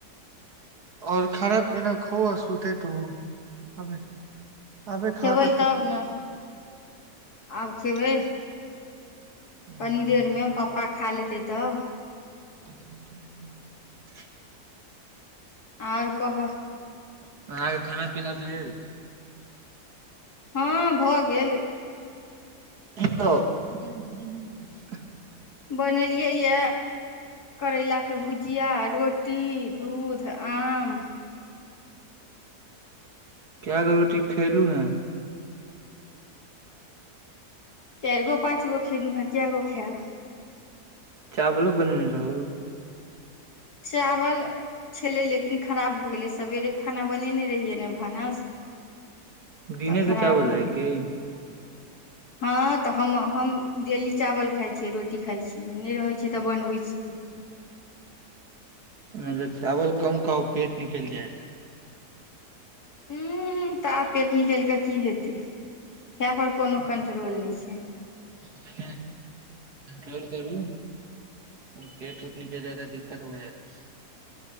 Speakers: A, on the right (about 75°); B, on the left (about 70°).
A: आओर खाना पीना खो आ सुतेत हो अबै
B: खेबै
A: खाक सु
B: तब
A: त
B: ने आब खेबै
A: अहाँके
B: कनी देरमे पप्पा खा लेतै तब
A: <inaudible>
B: आओर कह
A: अहाँके खाना पीना भेल
B: हँ भऽ गेल
A: तऽ <inaudible>
B: बनेलियै येऽ करैला के भुजिया रोटी दुध आम
A: केगो रोटी खेलू हैं
B: चारि गो पाँच गो खेलू हैं के गो खेब
A: चावलो बनेने रहू
B: चावल छलै लेकिन खराब भऽ गेलै सवेरे खाना बनेने रहियै ने भानस
A: दिने
B: तऽ खराब
A: के चावल
B: भऽ
A: रहै
B: गेलै
A: की
B: हँ तऽ हम हम डेली चावल खाइ छियै रोटी खाइ छियै नहि रहै छै तऽ बनबै छियै
A: मतलब चावल कम खाउ पेट निकलि जायत
B: उंह तऽ आब पेट निकलि कऽ की हेतै खाय पर कोनो कंट्रोल नहि छै
A: कंट्रोल करू पेट उट निकलि जाएत तऽ दिक्कत भऽ जेत